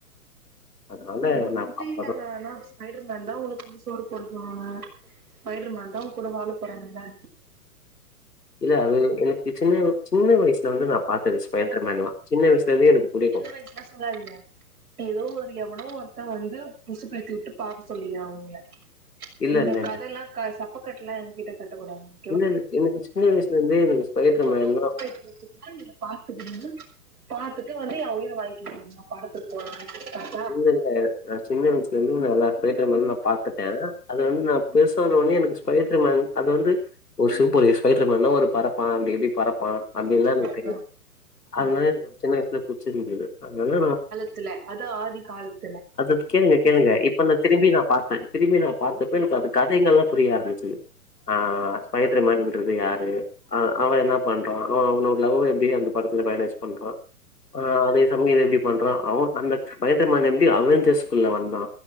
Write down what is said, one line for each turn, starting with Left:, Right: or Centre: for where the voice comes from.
Left: அதனால
Right: ஒன்னு
Left: நா
Right: புரியலங்க
Left: பாப்பதா
Right: ஆனா ஸ்பைடர்மேன்தா உனக்கு வந்து சோறு போட போறானா ஸ்பைடர்மேன் தா உங் கூட வாழ போறானுங்ளா
Left: இல்ல அது எனக்கு சின்ன சின்ன வயசுல வந்து நா பாத்தது ஸ்பைடர்மேன்லா சின்ன வயசுல இருந்தே எனக்கு புடிக்கு
Right: சின்ன வயசுலா சொல்லாதீங்க ஏதோ ஒரு எவனோ ஒருத்தன் வந்து உசுப்பேத்தி வுட்டு பாக்க சொல்லி அவுங்கள
Left: இல்ல
Right: இந்த
Left: இல்ல
Right: கதைல்லா
Left: இல்ல
Right: க சப்பக்கட்டுல்லா என்கிட்டே கட்டக்கூடாதுங்க
Left: இல்ல எனக் எனக்கு சின்ன வயசுல இருந்தே எனக்கு ஸ்பைடர்
Right: எவனோ
Left: மேன்லா
Right: ஊசுபேத்திவுட்டுருக்கா நீங்க பாத்துக்கிறீங்க பாத்துட்டு வந்து எ உயிர வாங்கிட்டு இருக்கீங்க படத்துக்கு போலான்ட்டு கரெக்ட்டா
Left: இல்ல இல்ல நா சின்ன வயசுல இருந்து நல்ல தியேட்டர்ல நா பாத்துட்டே அது வந்து நா பெருசானோனே எனக்கு ஸ்பைடர்மேன் அது வந்து ஓ சூப்பரு ஸ்பைடர்மன் பறப்பான அப்டி அப்டி பறப் பா
Right: ம்
Left: அப்டின்னுலா
Right: ம்
Left: எனக்கு தெரியு அதனால
Right: ம் ம்
Left: எனக்கு சின்ன வயசுல புடிச்சிருந்தது அதனால நா
Right: த்துல அது ஆதிகாலத்
Left: அது கேளுங்க கேளுங்க இப்ப நா திரும்பி நா பாத்தே திரும்பி நா பாத்தப்ப எனக்கு அது கதைங்கள்லா புரிய ஆரம்பிச்சுது ஆ ஸ்பைடர்மன் ட்றது யாரு அவ என்ன பண்றா அவ அவனோட லவ் எப்படி அந்த படத்துல மேனேஜ் பண்றா ஆ அதே சமயம் இத எப்டி பண்றா அவன் அந்த ஸ்பைடர்மன் எப்டி அவெஞ்சர்ஸ் உள்ள வந்தா